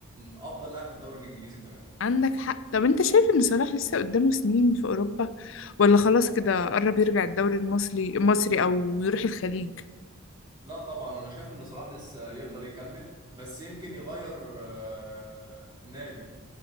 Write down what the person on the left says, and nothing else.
عندك حق طب انت شايف ان صلاح لسه قدامه سنين في اوروبا ولا خلاص كده قرب يرجع الدوري المصري المصري او يروح الخليج